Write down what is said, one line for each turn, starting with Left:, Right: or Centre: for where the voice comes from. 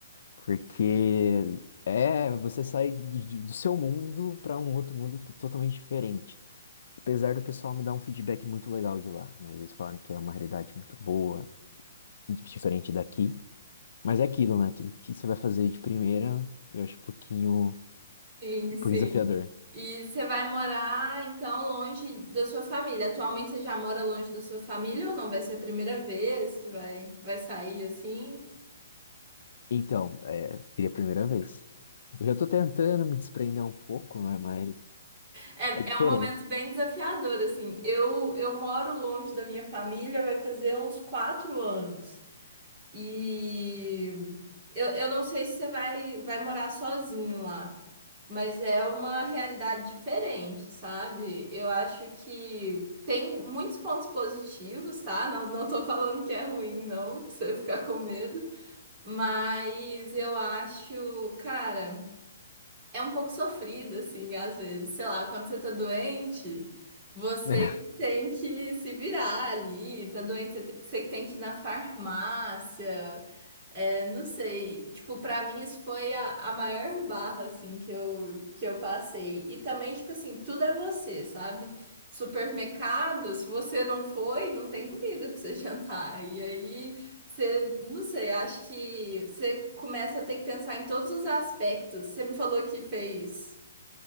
Left: Porque é você sai de- de- do seu mundo para um outro mundo que é totalmente diferente. Apesar do pessoal me dar um feedback muito legal de lá, né? Eles falaram que é uma realidade muito boa, di- diferente daqui. Mas é aquilo, né? Tudo que você vai fazer de primeira, eu acho um pouquinho,
Right: Sim,
Left: um
Right: sim.
Left: pouquinho desafiador.
Right: E você vai morar então longe da sua família. Atualmente você já mora longe da sua família ou não? Vai ser a primeira vez que vai, vai sair assim?
Left: Então, é, seria a primeira vez. Eu já tô tentando me desprender um pouco, né? Mas
Right: É,
Left: é diferente.
Right: é um momento bem desafiador, assim. Eu, eu moro longe da minha família, vai fazer uns quatro anos. E eu, eu não sei se você vai, vai morar sozinho lá, mas é uma realidade diferente, sabe? Eu acho que tem muitos pontos positivos, tá? Não, não tô falando que é ruim, não, pra você ficar com medo. Mas eu acho, cara é um pouco sofrido, assim, às vezes. Sei lá, quando você tá doente, você
Left: <laughs>
Right: que tem que se virar ali, tá doente, você te- você que tem que ir na farmácia. É, não sei, tipo, pra mim isso foi a, a maior barra, assim, que eu, que eu passei. E também, tipo assim, tudo é você, sabe? Supermercado, se você não foi, não tem comida pra você <laughs> jantar. E aí. Você, não sei, acho que você começa a ter que pensar em todos os aspectos. Você me falou que fez,